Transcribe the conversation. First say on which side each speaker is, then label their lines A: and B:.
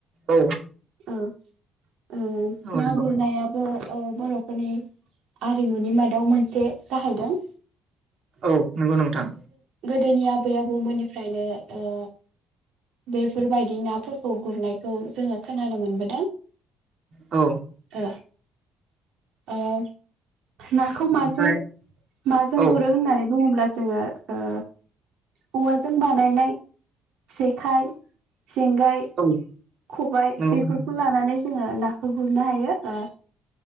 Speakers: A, on the right; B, on the right.
A: औ
B: ओ ओ
A: औ
B: ना
A: नंगौ
B: गुरनायाबो ओ बर'फोरनि आरिमुनि मादाव मोनसे जाहैदों।
A: औ नंगौ नोंथां।
B: दोनि आबै आबौमोननिफ्रायनो ओ बेफोरबायदि नाफोरखौ गुरनायखौ जोङो खोनानो मोनबोदों।
A: औ
B: ओ ओ नाखौ माजों
A: ओमफ्राय
B: माजों
A: औ
B: गुरो होननानै बुङोब्ला जोङो ओ औवाजों बानायनाय जेखाइ, जेंगाय
A: औ
B: खबाय
A: नंगौ
B: बेफोरखौ
A: नोंथां
B: लानानै जोङो ना गुरनो हायो ओ